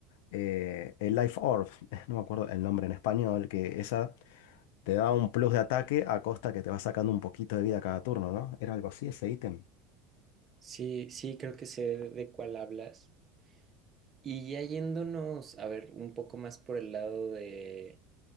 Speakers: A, on the left; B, on the right.
A: eh, el Life Orb, <laughs> no me acuerdo el nombre en español, que esa te da un plus de ataque a costa que te va sacando un poquito de vida cada turno, ¿no? Era algo así ese ítem.
B: Sí, sí, creo que sé de cuál hablas. Y ya yéndonos, a ver, un poco más por el lado de,